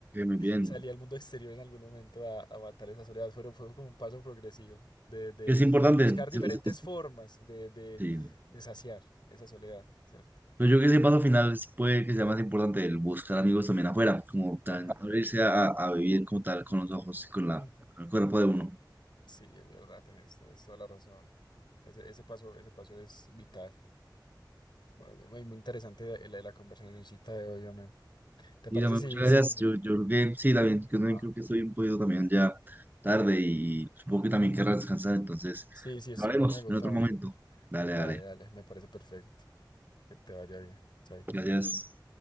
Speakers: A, on the right; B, on the left.
A: muy bien.
B: salí al mundo exterior en algún momento a, a matar esa soledad. Fue, fue como un paso progresivo de, de
A: Es importante,
B: buscar diferentes
A: es- es- es-
B: formas de, de,
A: sí.
B: de saciar esa soledad, ¿cierto?
A: Pero yo creo que ese paso final es- puede que sea más importante, el buscar amigos también afuera, como
B: Ajá.
A: tan, abrirse a, a a vivir como tal con los ojos y con la,
B: Ujú.
A: con el cuerpo de uno.
B: Sí, es verdad, tenés, tenés toda la razón. Ese, ese paso, ese paso es vital. Muy, muy muy interesante la, la, la conversacioncita de hoy, hombre. ¿Te
A: Y
B: parece
A: también
B: sí
A: muchas gracias.
B: sí
A: Yo, yo creo que sí, también, yo
B: Ajá.
A: también creo que estoy un poquito también ya tarde y supongo que también querrás descansar, entonces
B: Sí, sí, estoy
A: hablaremos
B: muy agotado.
A: en otro momento. Dale,
B: Dale,
A: dale.
B: dale, me parece perfecto. Que te vaya bien. Chaito.
A: Gracias.